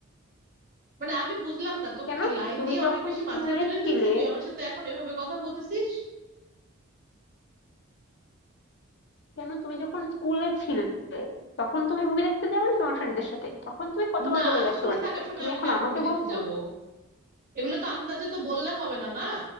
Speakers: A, on the right; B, on the left.
A: মানে আমি বুঝলাম না তোকে
B: কেন
A: কি লাই
B: তুমি
A: দিয়ে
B: যখন
A: অনেক বেশি
B: স্কুলে
A: মাথায় তুলে
B: ছিলে
A: ফেলছি তুই আমার সাথে এখন এভাবে কথা বলতেছিস
B: কেন তুমি যখন স্কুলে ছিলে তখন তুমি মুভি দেখতে যাওনি তোমার ফ্রেন্ডদের সাথে তখন তুমি কতবার
A: না
B: বলে গেছো
A: স্কুলে
B: বাড়িতে
A: থাকার সময়
B: তুমি
A: আমি
B: এখন
A: কেন
B: আমাকে
A: মুভি দেখতে
B: বলছো
A: যাব এগুলো তো আন্দাজে তো বললে হবে না না